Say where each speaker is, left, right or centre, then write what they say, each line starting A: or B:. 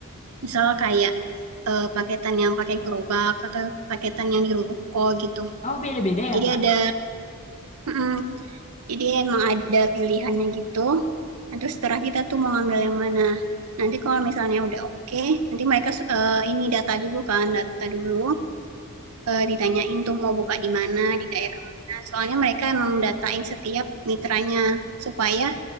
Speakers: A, on the right; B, on the left.
A: Misal kayak eh, paketan yang pakai gerobak atau paketan yang di ruko gitu.
B: Oh, beda-beda ya,
A: Jadi
B: Kak.
A: ada, mm, jadi emang ada pilihannya gitu. Nah, terus setelah kita tuh mau ngambil yang mana. Nanti kalau misalnya udah oke, nanti mereka eh, ini data dulu kan, data dulu. eh, ditanyain tuh mau buka di mana, di daerah mana. Soalnya mereka emang datain setiap mitranya supaya